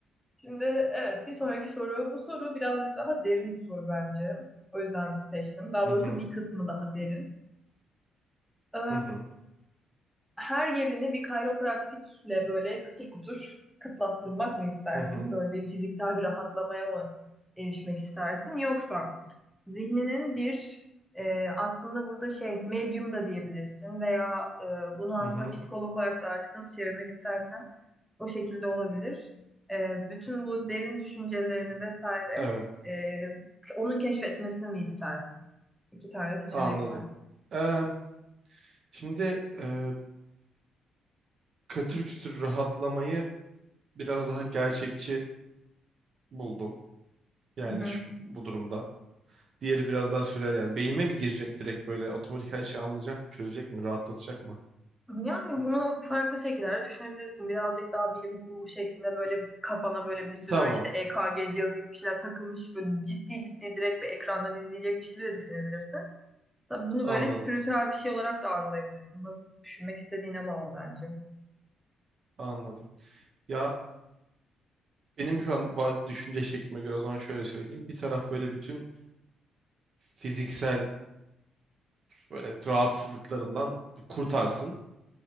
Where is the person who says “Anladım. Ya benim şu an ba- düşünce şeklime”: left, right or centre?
Right